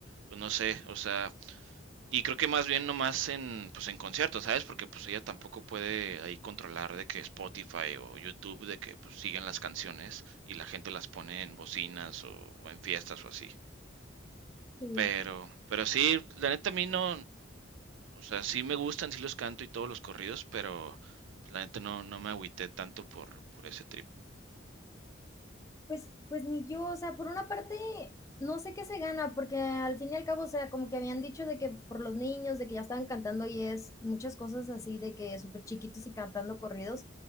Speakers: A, on the right; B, on the left.
A: pues no sé, o sea, y creo que más bien nomás en, pues en conciertos, ¿sabes? Porque pues ella tampoco puede ahí controlar de que Spotify o YouTube, de que pues siguen las canciones y la gente las pone en bocinas o, o en fiestas o así.
B: Sí.
A: Pero, pero sí, la neta a mí no, o sea, sí me gustan, sí los canto y todos los corridos, pero pues, la neta no, no me agüité tanto por, por ese trip.
B: Pues, pues ni yo, o sea, por una parte, no sé qué se gana, porque al fin y al cabo, o sea, como que habían dicho de que por los niños, de que ya estaban cantando y es muchas cosas así, de que súper chiquitos y cantando corridos,